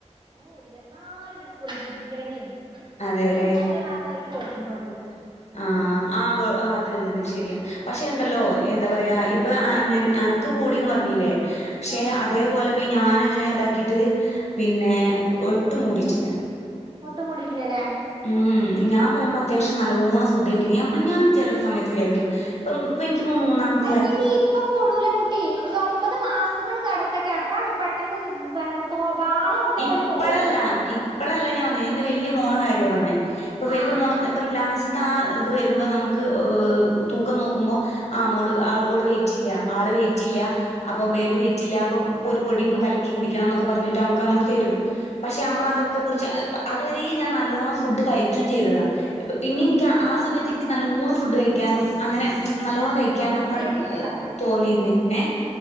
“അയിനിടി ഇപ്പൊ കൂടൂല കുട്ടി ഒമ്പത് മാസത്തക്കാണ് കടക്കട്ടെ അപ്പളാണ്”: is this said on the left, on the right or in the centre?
Right